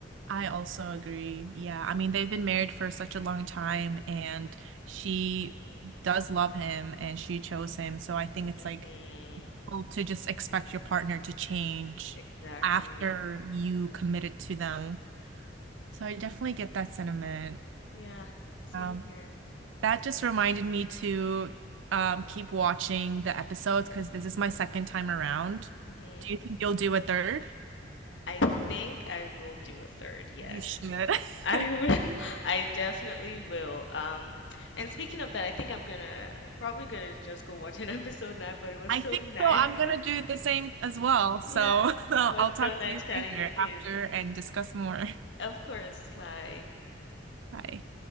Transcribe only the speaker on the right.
I also agree. Yeah. I mean, they've been married for such a long time and she does love him and she chose him. So I think it's
like well, to just expect your partner to change
after you committed to them. So I definitely get that sentiment.
Um,
that just reminded me to um, keep watching the episodes because this is my second time around.
Do you think you'll do a third?
You should.
<laughs>
I
think
so. I'm gonna
do the same as well.
So <laughs> I'll
talk
to you
later
after and discuss more.
Bye.